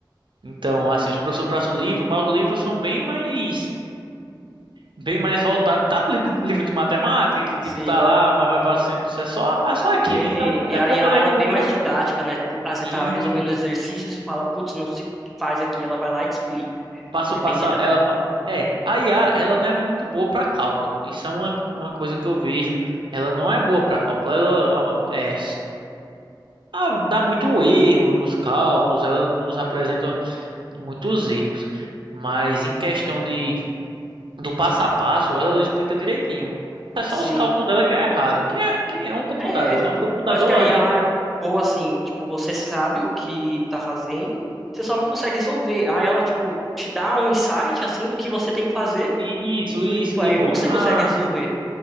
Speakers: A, on the right (about 75°); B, in the centre.
A: Então, assim, os professores passam o livro, mas os livros são bem mais, bem mais voltados. Tá livro, livro de matemática, que tipo,
B: Sim.
A: tá lá, mas vai parecendo isso é só, é só aquilo.
B: Sei.
A: Então,
B: E
A: é
B: a
A: pouca
B: IA,
A: leitura.
B: ela é bem mais didática, né? Tipo, Ah, você
A: Isso.
B: tá resolvendo exercícios e fala, putz, não sei o que faz aqui. Ela vai lá e te explica.
A: Passo,
B: É
A: passo,
B: bem didático.
A: ela, fa- é, a IA, ela não é muito boa para cálculo. Isso é uma, uma coisa que eu vejo. Ela não é boa para cálculo. Ela, é, Ah, dá muito erro nos cálculos, ela nos apresenta muitos erros. Mas em questão de do passo a passo, ela explica direitinho. É só
B: Sim.
A: os cálculos dela que é errado, que é, que é um computador,
B: É, tipo,
A: né? Um computador,
B: eu acho que a
A: a
B: IA
A: gente.
B: é boa assim, tipo, você sabe o que tá fazendo, você só não consegue resolver. Aí ela, tipo, te dá um insight, assim, do que você tem que fazer
A: Isso,
B: e,
A: isso,
B: tipo,
A: tipo,
B: aí você
A: ah.
B: consegue resolver.